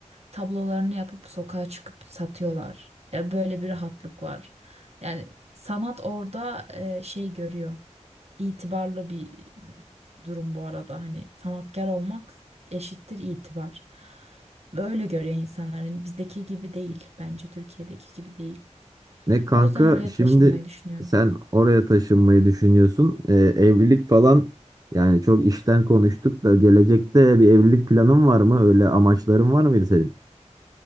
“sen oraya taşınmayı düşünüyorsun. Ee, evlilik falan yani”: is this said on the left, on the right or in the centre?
Right